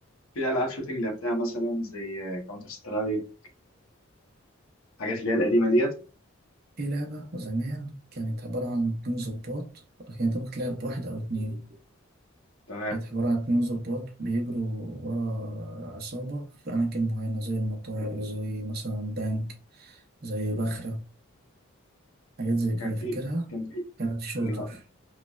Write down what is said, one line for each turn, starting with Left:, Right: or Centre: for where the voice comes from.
Left: في العاب شوتنج لعبتها مثلا زي كاونتر سترايك حاجات اللي هي القديمه ديت
Right: في لعبة زمان كانت عبارة عن اتنين ظباط يعني انت ممكن تلعب بواحد أو اتنين
Left: تمام
Right: كانت عبارة عن اتنين ظباط بيجروا ورا عصابة في أماكن معينة زي المطار زي مثلا بنك زي
Left: مم.
Right: بخرة حاجات زي كده
Left: كان في
Right: فاكرها
Left: كان في
Right: كانت شوتر
Left: لا